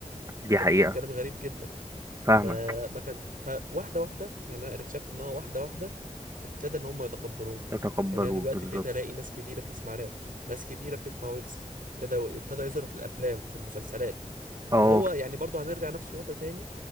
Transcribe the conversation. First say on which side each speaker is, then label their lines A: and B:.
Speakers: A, on the right (about 25°); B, on the right (about 85°).
A: دي
B: انت
A: حقيقة
B: بتقول كلام غريب جدا
A: فاهمك
B: فما كان فواحده واحده يعني انا اكتشفت ان هو واحده واحده ابتدى ان هم يتقبلوه
A: يتقبلوا
B: يعني انا دلوقتي
A: بالظبط
B: ابتديت الاقي ناس كبيره بتسمع راب ناس كبيره بتسمع ويجز ابتدى ابتدى يظهر في الافلام في المسلسلات
A: اه
B: فهو يعني برضه هنرجع نفس النقطه تاني